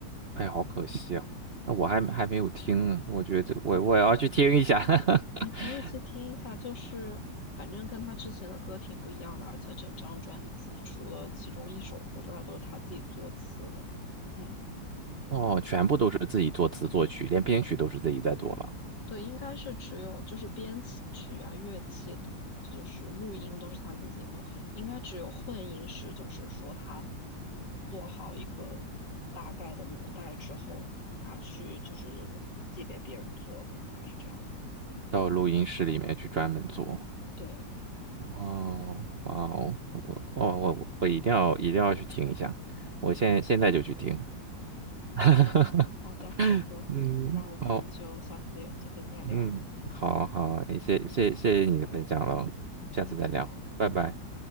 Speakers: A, on the right; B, on the left.
A: 哎，好可惜啊！那我还还没有听呢，我觉得我我也要去听一下。<laughs>
B: 你可以去听一下，就是反正跟他之前的歌挺不一样的，而且整张专辑除了其中一首歌之外，都是他自己作词的。嗯，
A: 哦，全部都是自己作词作曲，连编曲都是自己在做了，
B: 对，应该是只有就是编曲啊、乐器的，就是录音都是他自己弄，应该只有混音是就是说他做好一个大概的母带之后拿去就是寄给别人做的，应该是这样子。
A: 到录音室里面去专门做。
B: 对，
A: 哦，哇哦，我哦我我一定要一定要去听一下，我现现在就去听。<laughs>
B: 好的，好的，
A: 嗯，
B: 那我们就下次有机会再聊。
A: 好，嗯，好好，谢谢谢谢你的分享了，
B: 嗯。
A: 下次再聊，
B: 嗯，好，拜拜。
A: 拜拜。